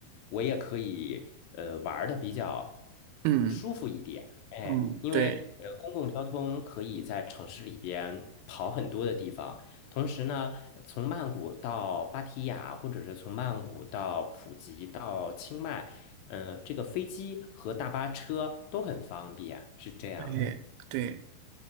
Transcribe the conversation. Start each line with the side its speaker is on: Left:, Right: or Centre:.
Left: 我也可以呃玩的比较
Right: 嗯
Left: 舒服一点。哎，
Right: 嗯，
Left: 因为呃，
Right: 对，
Left: 公共交通可以在城市里边跑很多的地方，同时呢，从曼谷到芭提雅，或者是从曼谷到普吉到清迈，嗯、这个飞机和大巴车都很方便，是这样的。
Right: 对对。